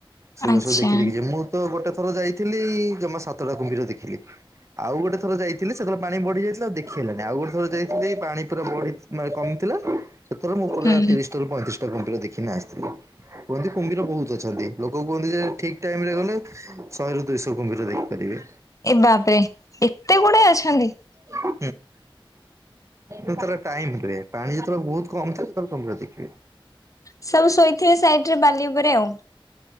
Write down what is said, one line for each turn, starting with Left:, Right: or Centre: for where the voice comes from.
Right: ସେଉରା
Left: ଆଚ୍ଛା
Right: ସବୁ ଦେଖି ଦେଖି ଯିବ। ମୁଁ ତ ଗୋଟେ ଥର ଯାଇଥିଲି ଜମା ସାତଟା କୁମ୍ଭୀର ଦେଖିଲି, ଆଉ ଗୋଟେ ଥର ଯାଇଥିଲି ସେତେବେଳେ ପାଣି ବଢି ଯାଇଥିଲା ଆଉ ଦେଖି ହେଲାନି, ଆଉ ଗୋଟେ ଥର ଯାଇଥିଲ ପାଣି ପୁରା ବଢ ମାନେ କମି ଥିଲା। ସେଥର ମୁଁ ପୁରା
Left: ହୁଁ
Right: ତିରିଶଟାରୁ ପଇଁତିରିଶ ଟା କୁମ୍ଭିର ଦେଖିକିଣା ଆସିଥିଲି। କୁହନ୍ତି କୁମ୍ଭିର ବହୁତ ଅଛନ୍ତି। ଲୋ କ କୁହନ୍ତି ଯେ ଠିକ ଟାଇମ ରେ ଗଲେ ଶହେରୁୁ ଦୁଇଶହ କୁମ୍ଭୀର ଦେଖିପାରିବେ।
Left: ଏ ବାପରେ ଏତେ ଗୁଡା ଅଛନ୍ତି।
Right: ହୁଁ ଭିତରେ ଟାଇମ ରୁଏ ପାଣି ଯେତେବେଳେ ବହୁତ କମ୍ ଥିବ ସେତେବେଳେ କୁମ୍ଭୀର ଦେଖିବେ।
Left: ସବୁ ଶୋଇଥିବେ ସାଇଡ ରେ ବାଲି ଉପରେ ଆଉ।